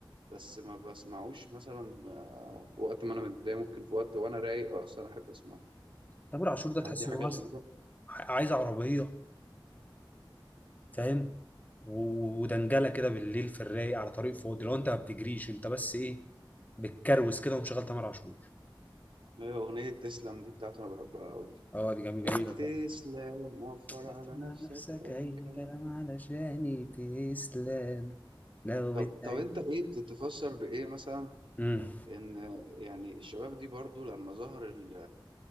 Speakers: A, on the right (about 75°); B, on the left (about 20°).
A: بس ما بسمعوش مثلا آه، وقت ما انا متضايق ممكن في وقت وانا رايق آه، اصلا احب اسمعه
B: تامر عاشور ده
A: هل
B: تحس
A: دي حاجه
B: ان هو
A: غريبه
B: عايز عايز عربيه فاهم و- ودنجله كده بالليل في الرايق على طريق فاضي لو انت ما بتجريش انت بس ايه بتكروس كده ومشغل تامر عاشور
A: هي اغنيه تسلم دي بتاعته انا بحبها قوي
B: اه دي جميله
A: لا
B: جميله
A: تسلم
B: فعلا
A: وفر
B: طف
A: على
B: مع
A: نفسك
B: نفسك
A: اي
B: أي
A: كلام
B: كلام علشان تسلم لو
A: طب
B: اتعبت
A: طب انت ايه تتفسر بايه مثلا
B: امم
A: ان يعني الشباب دي برضو لما ظهر ال